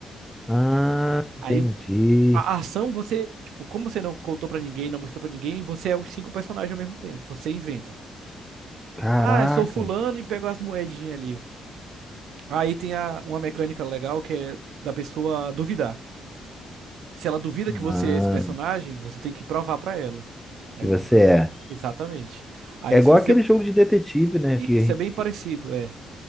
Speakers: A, in the centre; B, on the right (about 80°).
A: Ah, entendi.
B: Aí a ação você, tipo, como você não contou pra ninguém, não mostrou pra ninguém, você é os cinco personagens ao mesmo tempo. Você inventa.
A: Caraca,
B: Ah, eu sou fulano e pego as moedinhas ali. Aí tem a, uma mecânica legal que é da pessoa duvidar. Se ela duvida que
A: mano.
B: você é esse personagem, você tem que provar pra ela. Aí
A: Que você
B: você-
A: é.
B: Exatamente. Aí
A: É igual
B: se você.
A: aquele jogo de detetive, né?
B: Isso
A: Que a gente.
B: é bem parecido. é.